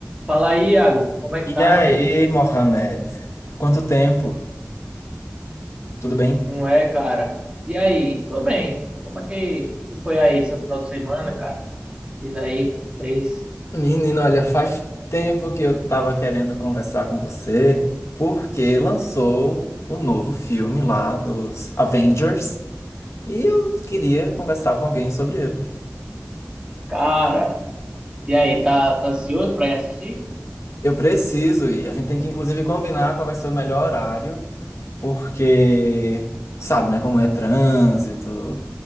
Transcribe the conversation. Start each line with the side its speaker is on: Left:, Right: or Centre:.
Right: Fala aí, Iago. Como é que
Left: E
Right: tá,
Left: aí,
Right: meu amigo?
Left: Mohamed? Há quanto tempo? Tudo bem?
Right: Não é, cara? E aí? Tô bem. Como é que, que foi aí seu final de semana, cara? Diz aí o que tu fez.
Left: Menino, olha, faz tempo que eu tava querendo conversar com você, porque lançou o novo filme lá dos Avengers e eu queria conversar com alguém sobre ele.
Right: Cara, e aí, tá, tá ansioso pra ir assistir?
Left: Eu preciso ir, a gente tem que inclusive combinar qual vai ser o melhor horário porque sabe, né, como é trânsito,